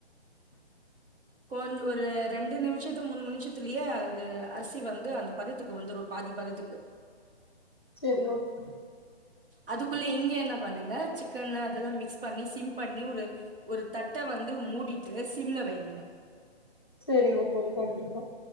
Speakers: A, on the left; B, on the right.
A: <unintelligible>
B: கொஞ் ஒரு ரெண்டு நிமிஷத்து மூணு மினிஷத்துலயே அது அரிசி வந்து அந்த பதத்துக்கு வந்துரு பாதி பதத்துக்கு
A: செரி ஓகே
B: அதுக்குள்ள இங்க என்ன பண்ணுங்க சிக்கன் அதெல்லா மிக்ஸ் பண்ணி சிம் பண்ணி ஒரு ஒரு தட்ட வந்து மூடிட்டு சிம்ல வைங்க
A: சேரிங்க தோழி கண்டிப்பா